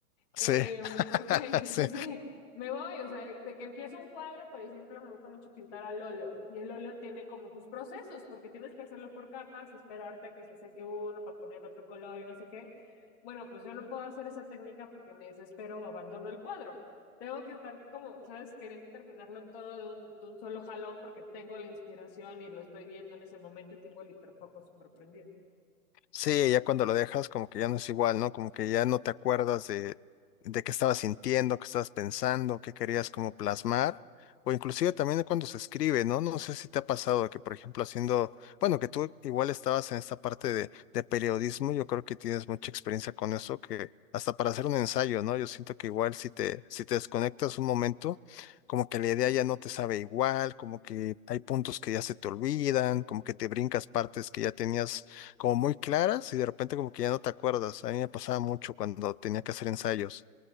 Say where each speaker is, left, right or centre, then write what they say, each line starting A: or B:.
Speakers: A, on the left; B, on the left.
A: sí,
B: Eh, porque,
A: <laughs> sí.
B: <laughs> no sé, me voy, o sea, de que empiezo un cuadro, por ejemplo, me gusta mucho pintar al óleo, y el óleo tiene como sus procesos, porque tienes que hacerlo por capas, esperarte a que se seque uno para poner otro color y no sé qué. Bueno, pues yo no puedo hacer esa técnica porque me desespero o abandono el cuadro. Tengo que estar como, ¿sabes? Queriendo terminarlo todo de un, de un solo jalón porque tengo la inspiración y lo estoy viendo en ese momento y tengo el hiperfoco súper prendido.
A: Sí, ya cuando lo dejas, como que ya no es igual, ¿no? Como que ya no te acuerdas de, de qué estabas sintiendo, qué estabas pensando, qué querías como plasmar, o inclusive también de cuando se escribe, ¿no? No sé si te ha pasado que, por ejemplo, haciendo, bueno, que tú igual estabas en esta parte de, de periodismo, yo creo que tienes mucha experiencia con eso, que hasta para hacer un ensayo, ¿no? Yo siento que igual si te, si te desconectas un momento, como que la idea ya no te sabe igual, como que hay puntos que ya se te olvidan, como que te brincas partes que ya tenías como muy claras y de repente como que ya no te acuerdas. A mí me pasaba mucho cuando tenía que hacer ensayos.